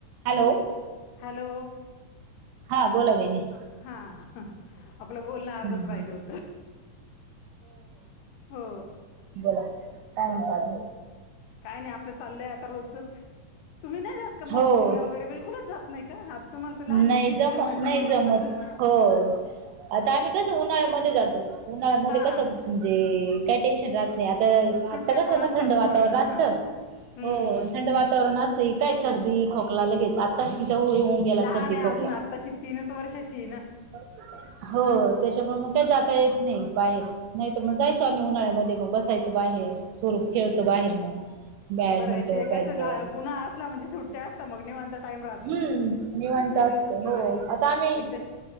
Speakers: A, on the right (about 85°); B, on the left (about 80°).
A: Hello
B: hello.
A: हा बोला वहिनी.
B: हां. आपलं बोलणं अर्धच
A: हम्म
B: राहील होत, हो.
A: बोला काय म्हणता अजून?
B: काय नाही आपलं चाललंय आता रोजचंच, तुम्ही नाही जात का मग
A: हो
B: वॉकिंगला वगैरे बिलकुलच जात. नाही का आता. तुम्हाला तर लहान
A: नाही
B: मुलगी त्याच्यामुळे
A: जामं
B: जमतच
A: नाही जमत
B: नसेल म्हणा
A: हो. आता आम्ही कसं उन्हाळ्यामध्ये जातो उन्हाळ्यामध्ये
B: हा
A: कसं म्हणजे काय टेन्शन राहत नाही. आता
B: सुट्ट्या
A: आता कसं
B: पण असतात
A: ना थंड वातावरण
B: पोरांना
A: असतं
B: हा हम्म
A: हो. थंड वात वातावरण असतंय की काय सर्दी, खोकला लगेच आताच तिचा <unintelligible> होऊन गेला.
B: आ
A: सर्दी
B: नाही अजून
A: खोकला
B: आत्ताशी तीनच वर्षाची हे ना.
A: हो त्याच्यामुळे मग काय जाता येत नाही बाहेर. नाही तर म जायचो आम्ही उन्हाळ्यामध्ये मग बसायच बाहेर स्वरूप
B: हम्म
A: खेळतो बाहेर मग. बॅडमिंटन
B: हो बरं आहे ते
A: बॅटबॉल
B: कसं ला उन्हाळा असला म्हणजे सुट्ट्या असता मग निवांत टाइम राहतो
A: हम्म निवां कांता
B: या दिवसात
A: असते हो
B: न म्हणे
A: आता आम्ही
B: एक तर